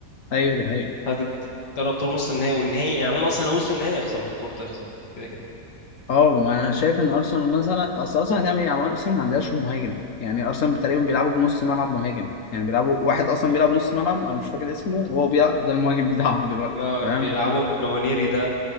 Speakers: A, on the left (about 55°); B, on the left (about 70°).
A: ايوه دي حقيقة
B: هتقرب طول نص النهائي والنهائي يعني هم اصلا لو وصلوا النهائي يخسروا برضه يخسروا كده كده
A: اه ما انا شايف ان ارسنال مثلا اصل ارسنال هتعمل ايه يعني ارسنال ما عندهاش مهاجم يعني ارسنال تقريبا بيلعبوا بنص ملعب مهاجم يعني بيلعبوا واحد اصلا بيلعب نص ملعب انا مش فاكر اسمه وهو بيلعب ده المهاجم <laughs> بتاعهم دلوقتي
B: ما
A: فاهم
B: بيلعبوا بنونيري ده